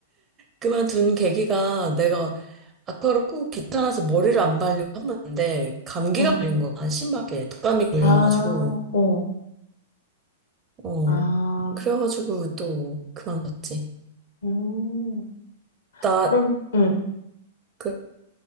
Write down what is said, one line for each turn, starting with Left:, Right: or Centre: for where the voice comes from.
Right: 그만둔 계기가 내가 아까로 꼭 귀찮아서 머리를 안 말리고 한번데 감기가
Left: 어.
Right: 걸린 거야 심하게 독감이 걸려가지고
Left: 아, 어.
Right: 어
Left: 아,
Right: 그래가지고 또 그만뒀지.
Left: 음.
Right: 나,
Left: 그럼, 응,
Right: 그,